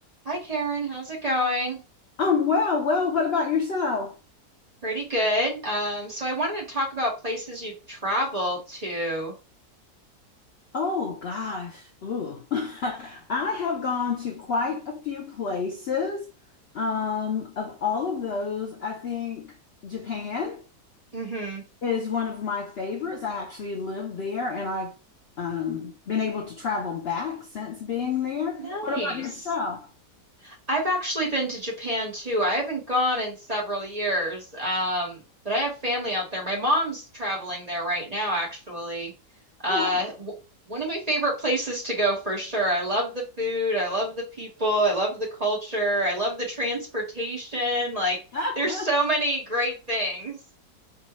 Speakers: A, on the right; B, on the left.
A: Hi Karen, how's it going?
B: Um, well, well, what about yourself?
A: Pretty good. Um, so I wanted to talk about places you've traveled to.
B: Oh gosh. Ooh. <laughs> I have gone to quite a few places. Um, of all of those, I think Japan
A: hmm
B: is one of my favorites. I actually lived there and I've um, been able to travel back since being there.
A: Nice.
B: What about yourself?
A: I've actually been to Japan too. I haven't gone in several years, um, but I have family out there. My mom's traveling there right now, actually. Uh,
B: Oh,
A: w one of my favorite places to go for sure. I love the food. I love the people. I love the culture. I love the transportation. Like,
B: wow.
A: there's
B: <laughs>
A: so many great things.